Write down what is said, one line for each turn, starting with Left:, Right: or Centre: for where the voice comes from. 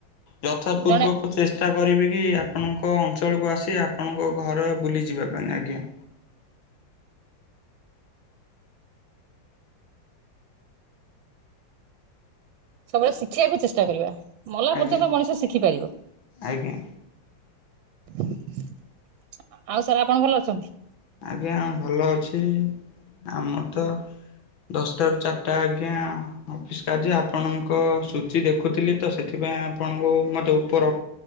Left: ଯଥାପୂର୍ବକ
Right: ଜଣେ
Left: ଚେଷ୍ଟା ଷ୍ଟା କରିବି କି ଆପଣଙ୍କ ଅଞ୍ଚଳକୁ ଆସି ଆପଣଙ୍କ ଘର ବୁଲିଯିବା ପାଇଁ ଆଜ୍ଞା।
Right: ସବୁବେଳେ ଶିଖିବାକୁ ଚେଷ୍ଟା କରିବା। ମଲା
Left: ଆଜ୍ଞା
Right: ପର୍ଯ୍ୟନ୍ତ ମଣିଷ ଶିଖି ପାରିବ।
Left: ଆଜ୍ଞା।
Right: ଆଉ ସାର୍ ଆପଣ ଭଲ ଅଛନ୍ତି?
Left: ଆଜ୍ଞା ଭଲ ଅଛି। ଆମର ତ ଦଶଟାରୁ ଚାରିଟା ଆଜ୍ଞା। ଅଫିସ୍ କାଯ୍ୟ ଆପଣଙ୍କ ସୂଚି ଦେଖୁଥିଲି ତ ସେଥିପାଇଁ ଆପଣଙ୍କୁ ମୋତେ ଉପର